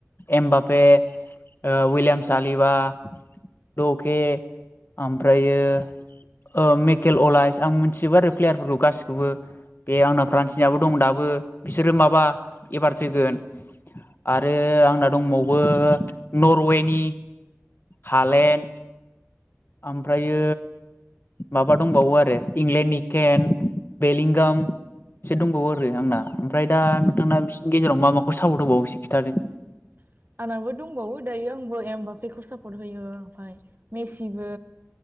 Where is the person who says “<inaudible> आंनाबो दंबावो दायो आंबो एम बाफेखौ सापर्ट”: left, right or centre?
Right